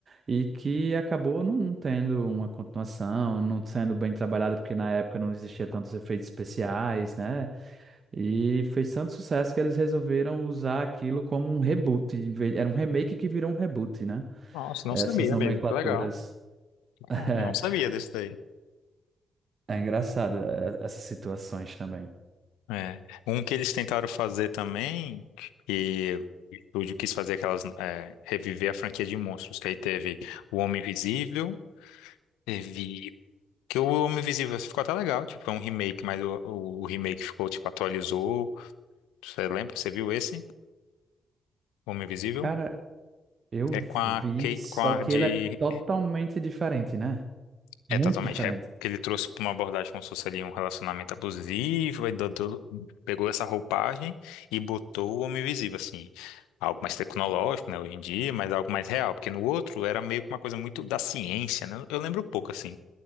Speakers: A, on the right; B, on the left.
A: e que acabou não tendo uma continuação, não sendo bem trabalhada, porque na época não existia tantos efeitos especiais, né? E fez tanto sucesso que eles resolveram usar aquilo como um reboot. em vez- Era um remake que virou um reboot, né?
B: nossa, não
A: Essas
B: sabia
A: nomenclaturas.
B: mesmo. Que legal.
A: <laughs>
B: Ah, não sabia desse daí.
A: É, é engraçado é, essas situações também.
B: É. Um que eles tentaram fazer também, e o estúdio quis fazer aquelas, é, reviver a franquia de monstros, que aí teve O Homem Invisível, teve. Que o Homem Invisível ficou até legal, tipo, foi um remake, mas o, o remake ficou, tipo, atualizou. Você lembra? Você viu esse? Homem Invisível?
A: Cara, eu
B: É
A: vi,
B: com a, Kay-
A: só
B: com a
A: que
B: de.
A: ele é totalmente diferente, né? Muito
B: É totalmente
A: diferente.
B: rap. Que ele trouxe pra uma abordagem como se fosse ali um relacionamento abusivo. Aí do- do- pegou essa roupagem e botou o Homem Invisível, assim. Algo mais tecnológico, né, hoje em dia, mas algo mais real. Porque no outro era meio que uma coisa muito da ciência, né? Eu lembro pouco, assim.